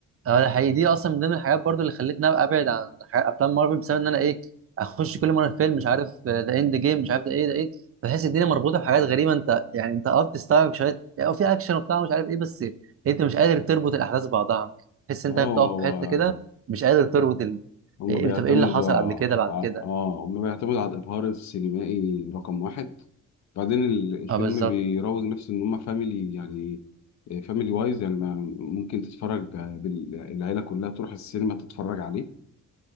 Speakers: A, on the right; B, on the left.
A: اه ده حقيقي دي اصلا من ضمن الحاجات برضو اللي خلتني ابقى ابعد عن حاجات- افلام مارفل بسبب ان انا ايه اخش كل مره فيلم مش عارف ذا اند جيم مش عارف ده ايه ده ايه بحس الدنيا مربوطه بحاجات غريبه انت يعني انت اه بتستوعب شويه او في اكشن وبتاع مش عارف ايه بس انت مش قادر تربط الاحداث ببعضها تحس
B: ما
A: انت بتقف
B: هو
A: في حته
B: هو
A: كده مش قادر تربط ال...
B: هم
A: إيه
B: بيعتمدوا
A: إيه، طب ايه اللي حصل
B: ع...
A: قبل كده بعد كده
B: اه هم بيعتمدوا على الإبهار السينمائي رقم واحد بعدين ال- الفيلم
A: اه بالظبط
B: بيروج نفسه إن هم فاميلي يعني فاميلي وايز يعني ما- ممكن تتفرج بال- العيلة كلها تروح السينما تتفرج عليه